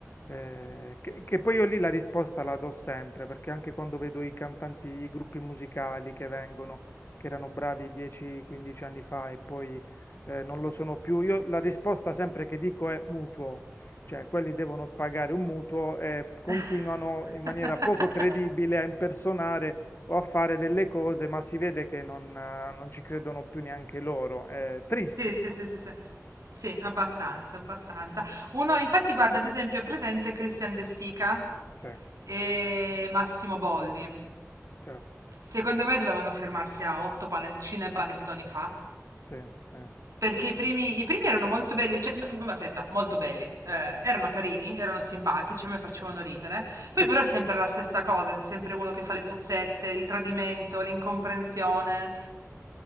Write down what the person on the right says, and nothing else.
<laughs>
Sì, sì, sì, sì, sì. Sì, abbastanza, abbastanza. Uno, infatti, guarda, ad esempio, è presente Christian De Sica
e Massimo Boldi.
Secondo me dovevano fermarsi a otto panettine e panettoni fa.
Perché i primi, i primi erano molto belli, cioè, no, ma aspetta, molto belli, eh, erano carini, erano simpatici, a me facevano ridere. Poi
però è sempre la stessa cosa, è sempre uno che fa le puzzette, il tradimento, l'incomprensione.